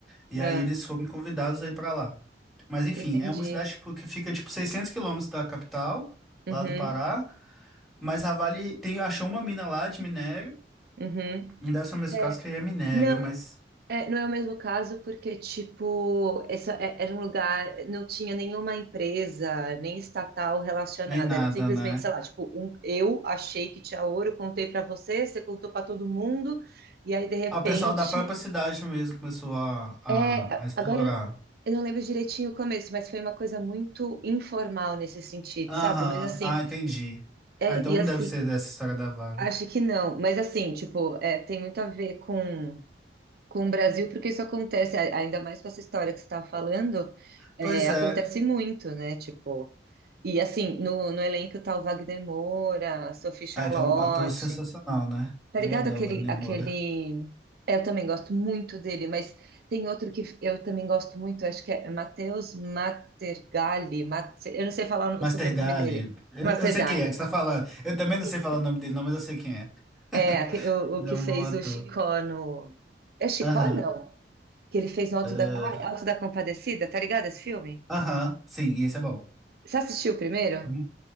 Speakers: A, in the centre; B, on the right.
A: e
B: ah.
A: aí eles foram convidados aí pra lá. Mas enfim,
B: Entendi.
A: é uma cidade tipo, que fica tipo 600 quilômetros da capital,
B: Uhum,
A: lá do Pará, mas a Vale tem, achou uma mina lá de minério,
B: uhum.
A: não deve ser o mesmo
B: É,
A: caso que aí é minério,
B: não,
A: mas
B: é, não é o mesmo caso porque, tipo, essa, é- era um lugar, não tinha nenhuma empresa, nem estatal relacionada,
A: nem nada,
B: era simplesmente,
A: né?
B: sei lá, tipo, um, eu achei que tinha ouro, contei pra você, você contou pra todo mundo, e aí, de repente,
A: Ah, o pessoal da própria cidade mesmo começou a, a,
B: é, a-
A: a explorar.
B: agora, eu não lembro direitinho o começo, mas foi uma coisa muito informal nesse sentido,
A: Aham,
B: sabe? Mas assim,
A: ah, entendi.
B: é,
A: Ah, então
B: e
A: não
B: assim,
A: deve ser dessa história da Vale.
B: Acho que não, mas assim, tipo, é, tem muito a ver com, com o Brasil, porque isso acontece, a- ainda mais com essa história que você estava falando, é,
A: Pois é.
B: acontece muito, né? Tipo, e assim, no, no elenco tá o Wagner Moura, a Sophie Charlotte,
A: Ah, que é um ator sensacional, né?
B: tá
A: Eu
B: ligado?
A: adoro
B: Aquele,
A: Wagner
B: aquele.
A: Moura.
B: é, Eu também gosto muito dele, mas tem outro que eu também gosto muito, acho que é Matheus Matergalli, Mate- eu não sei falar
A: Mastergali,
B: o sobrenome dele,
A: eu,
B: Matergalli.
A: eu sei quem é que você tá falando. Eu também não
B: Isso.
A: sei falar o nome dele, não, mas eu sei quem é. <laughs>
B: É, aque- o,
A: Ele
B: o que
A: é um
B: fez
A: bom ator.
B: o Chicó no. É Chicó,
A: Aham.
B: não? Que ele fez no Alto
A: ah,
B: da, ah, Alto da Compadecida, tá ligado esse filme?
A: Aham, sim, e esse é bom.
B: Você assistiu o primeiro?
A: Eu-